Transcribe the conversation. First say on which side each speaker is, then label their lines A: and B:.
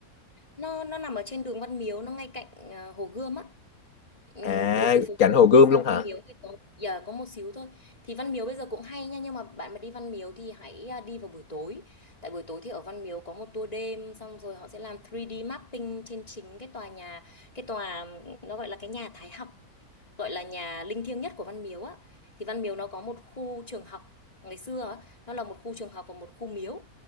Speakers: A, on the left (about 25°); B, on the left (about 65°).
A: nó nó nằm ở trên đường Văn Miếu, nó ngay cạnh ờ, Hồ Gươm á. Ừm,
B: À
A: từ cái phố
B: cạnh
A: cổ
B: Hồ Gươm
A: đi sang
B: luôn
A: Văn
B: hả?
A: Miếu thì có giờ có một xíu thôi thì Văn Miếu bây giờ cũng hay nha nhưng mà bạn mà đi Văn Miếu thì hãy à, đi vào buổi tối tại buổi tối thì ở Văn Miếu có một tour đêm xong rồi họ sẽ làm 3D mapping trên chính cái tòa nhà cái tòa nó gọi là cái nhà Thái học gọi là nhà linh thiêng nhất của Văn Miếu á thì Văn Miếu nó có một khu trường học ngày xưa á, nó là một khu trường học và một khu miếu